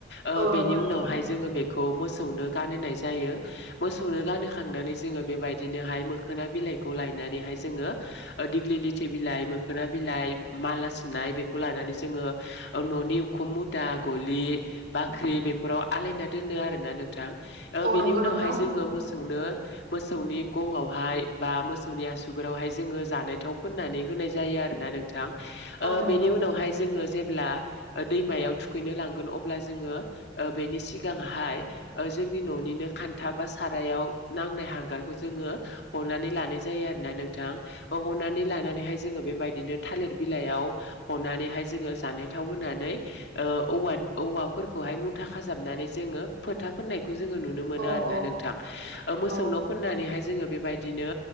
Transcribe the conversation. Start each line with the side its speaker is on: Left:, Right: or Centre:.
Left: ओ
Right: औ
Left: बेनि
Right: नंगौ नोंथां
Left: उनावहाय जोंओ बेखौ मोसौनो गानहोनाय जायो मोसौनो गानहोखांनानै जोङो बेबायदिनोहाय मोखोना बिलाइखौ लायनानैहाय जोङो। ओ दिग्लि लिथि बिलाइ मोखोना बिलाइ माला सुनाय बेखौ लानानै जोङो न'नि उखुम मुदा गलि बाख्रि बेफोराव आलायना दोनो आरोना नोंथां। ओ
Right: औ
Left: बेनि
Right: नंगौ
Left: उनावहाय
Right: नोंथां
Left: जोङो मोस मोसौनो मोसौनि गंआवहाय बा मोसौनि आसुगुराव हाय जोङो जानाय थाव फोन्नानै हो होननाय जायो आरोना नोंथां ओ
Right: औ नंगौ
Left: बेनि उनावहाय जोङो जेब्ला दैमायाव थुखैनो लांगोन अब्ला जोङो ओ बेनि सिगांहाय ओ‌ जोंनि न'निनो खान्था बा सारायाव नांनाय हांगारखौ जोङो हरनानै लानाय जायो आरो ना नोंथां। औ हनानै लानानैहाय जोङो बेबायदिनो थालिर बिलाइयाव हनानैहाय जोङो जानाय थावो। नायनानै ओ औवा औवाफोरखौहाय मुथा खाजाबनानै जोङो फोथा फोननाय जोंङो नोनो मोनो
Right: औ
Left: आरोना
Right: औ
Left: नोंथां अ मोसौनो
Right: औ
Left: फोननानैहाय जोङो बेबायदिनो